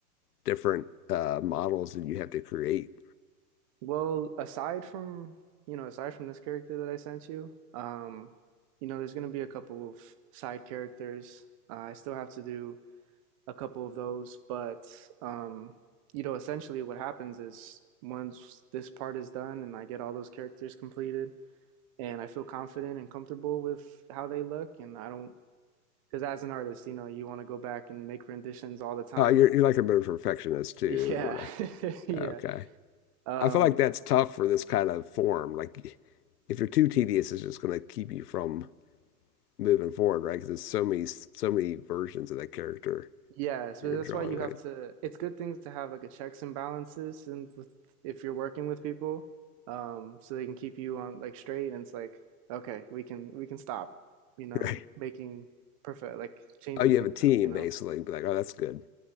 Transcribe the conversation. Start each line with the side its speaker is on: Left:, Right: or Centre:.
Left: different uh models did you have to create?
Right: Well, aside from, you know, aside from this character that I sent you, um, you know, there's gonna be a couple of side characters. Uh, I still have to do a couple of those, but um, you know, essentially what happens is once this part is done and I get all those characters completed, and I feel confident and comfortable with how they look, and I don't because as an artist, you know, you want to go back and make renditions all the time.
Left: Oh, you're you're like a bit of a perfectionist too.
Right: Yeah.
Left: You wanna
Right: <laughs> Yeah.
Left: okay.
Right: Um,
Left: I feel like that's tough for this kind of form. Like if you're too tedious, it's just gonna keep you from moving forward, right? Because there's so many so many versions of that character
Right: yeah, so
Left: you're
Right: that's
Left: drawing,
Right: why you
Left: right?
Right: have to
Left: <laughs>
Right: it's good things to have like a checks and balances and with if you're working with people, um, so they can keep you on like straight and it's like, okay, we can we can stop, you know,
Left: Right.
Right: making perfect like changing
Left: Oh, you
Right: things
Left: have a team
Right: up, you know?
Left: basically. Be like, oh, that's good.